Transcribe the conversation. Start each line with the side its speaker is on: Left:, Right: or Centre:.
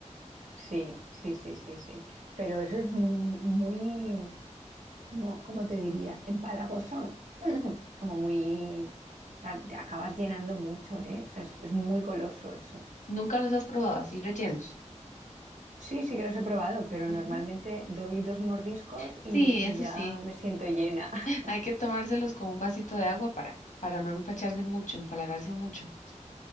Right: sí, sí, sí, sí, sí. Pero eso es mu- muy... como, ¿cómo te diría? Empalagoso, <clears throat> como muy, o sea, te acabas llenando mucho, ¿eh? O sea, es, es muy goloso eso.
Left: ¿Nunca los has probado así rellenos?
Right: Sí, sí que los he probado, pero
Left: Ujú.
Right: normalmente doy dos mordiscos
Left: Sí,
Right: y, y
Left: eso
Right: ya
Left: sí.
Right: me siento llena. <laughs>
Left: Hay que tomárselos con un vasito de agua para, para no empacharse mucho, empalagarse mucho,